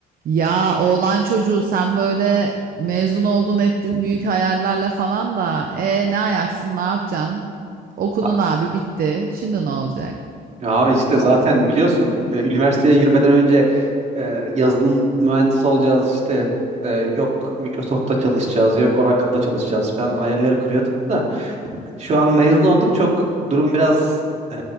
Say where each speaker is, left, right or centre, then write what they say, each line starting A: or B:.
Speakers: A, on the right (about 60°); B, on the right (about 40°).
A: Ya oğlan çocuğu sen böyle mezun oldun ettin büyük hayallerle falan da e ne ayaksın ne yapacaksın? Okudun
B: Ha-
A: abi bitti. Şimdi ne olacak?
B: Ya abi işte zaten biliyorsun e, üniversiteye girmeden önce e, yazılım mühendisi olacağız işte e, yok Microsoft'ta çalışacağız yok Oracle'da çalışacağız falan hayalleri kuruyorduk da şu an mezun olduk çok durum biraz e,